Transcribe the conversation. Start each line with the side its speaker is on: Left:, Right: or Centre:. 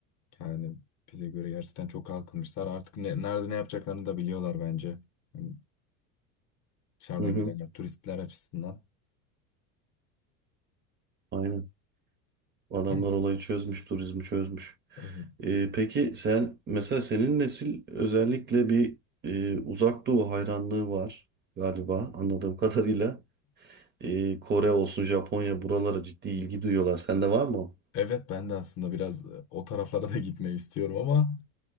Left: yani bize göre gerçekten çok kalkınmışlar. Artık ne- nerede ne yapacaklarını da biliyorlar bence. Yani Dışarıdan
Right: Hı hı.
Left: gelenler turistler açısından.
Right: Aynen.
Left: <clears throat>
Right: Adamlar olayı çözmüş, turizmi çözmüş.
Left: Evet
Right: Ee, peki sen mesela senin nesil özellikle bir e, uzak doğu hayranlığı var galiba anladığım <laughs> kadarıyla. Ee, Kore olsun, Japonya buralara ciddi ilgi duyuyorlar. Sende var mı? o?
Left: Evet, ben de aslında biraz e, o taraflara da gitmeyi istiyorum ama